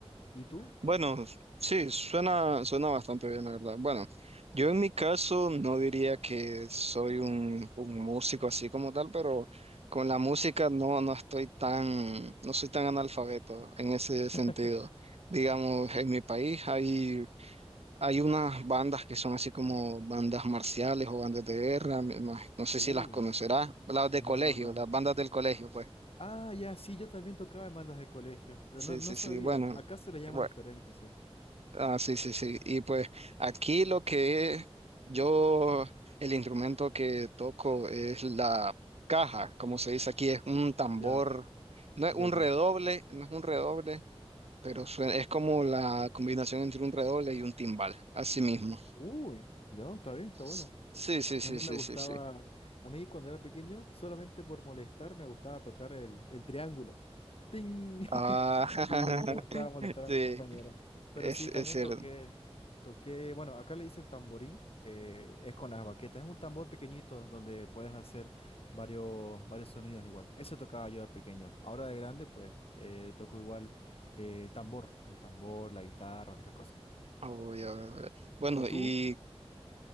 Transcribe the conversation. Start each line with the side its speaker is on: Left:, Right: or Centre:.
Left: ¿Y tú?
Right: Bueno, sí, suena, suena bastante bien, la verdad. Bueno, yo en mi caso no diría que soy un, un músico así como tal, pero con la música no, no estoy tan, no soy tan analfabeto en ese
Left: <laughs>
Right: sentido. Digamos, en mi país hay, hay unas bandas que son así como bandas marciales o bandas de guerra, me imag- no sé
Left: Uy,
Right: si las conocerás, las de
Left: no,
Right: colegio,
Left: no, no.
Right: las bandas del colegio, pues.
Left: Ah, ya, sí, yo también tocaba en bandas de colegio, pero
Right: Sí,
Left: no, no
Right: sí,
Left: sabía.
Right: sí, bueno.
Left: Acá se le llama
Right: bueno,
Left: diferente, sí.
Right: Ah, sí, sí, sí. Y pues aquí lo que es- yo, el instrumento que toco es la caja, como se dice aquí, es un tambor,
Left: Ya,
Right: no es
Left: ya,
Right: un
Left: ya.
Right: redoble, no es un redoble, pero suena- es como la combinación entre un redoble y un timbal, así mismo.
Left: Uy, ya, está bien, está
Right: Sí,
Left: bueno.
Right: sí, sí,
Left: A mí
Right: sí,
Left: me gustaba,
Right: sí, sí.
Left: a mí cuando era pequeño, solamente por molestar, me gustaba tocar el, el triángulo. ¡Ting! <laughs>
Right: Ah, <laughs>
Left: Y me gustaba molestar
Right: sí,
Left: a mis compañeros. Pero
Right: es,
Left: sí,
Right: es
Left: también
Right: cierto.
Left: toqué, toqué, bueno, acá le dicen tamborín, eh, es con las baquetas, es un tambor pequeñito donde puedes hacer varios, varios sonidos igual. Eso tocaba yo de pequeño. Ahora de grande, pues, eh, toco igual eh, tambor, el tambor, la guitarra, esas cosas.
Right: Ah, voy a ver. Bueno,
Left: ¿Y tú?
Right: y